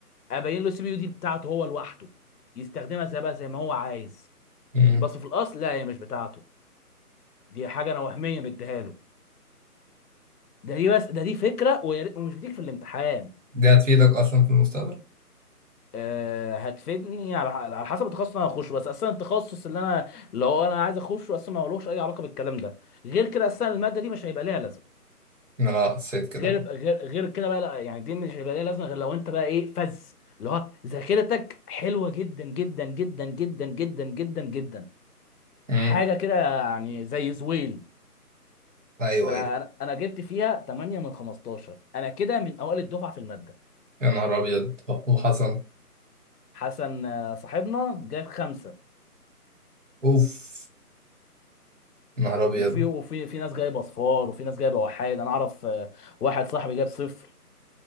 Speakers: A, on the left; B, on the right.
A: ابين له السي بي يو دي بتاعته هو لوحده يستخدمها زي بقى زي ما هو عايز
B: امم
A: بس في الاصل لا هي مش بتاعته دي حاجه انا وهميه مديها له ده دي بس ده دي فكره ويا ريت- ومش بتيجي في الامتحان
B: دي هتفيدك اصلا في المستقبل؟
A: آه، هتفيدني على على حسب التخصص اللي انا هخشه بس اصلا التخصص اللي انا لو انا عايز اخشه اصلا ما لهوش اي علاقه بالكلام ده غير كده اصلا الماده دي مش هيبقى ليها لازمه
B: إن انا حسيت كده
A: غير غير غير كده بقى لا يعني دي مش هيبقى ليها لازمه غير لو انت بقى ايه فز اللي هو ذاكرتك حلوه جدا جدا جدا جدا جدا جدا جدا
B: امم
A: حاجه كده يعني زي زويل
B: ايوه
A: فانا
B: ايوه
A: انا جبت فيها 8 من 15 انا كده من اوائل الدفعه في الماده
B: يا نهار ابيض وحسن
A: حسن آه، صاحبنا جاب خمسة
B: اوف يا نهار ابيض
A: وفي وفي في ناس جايبه صفار وفي ناس جايبه وحايد انا اعرف آه، واحد صاحبي جاب صفر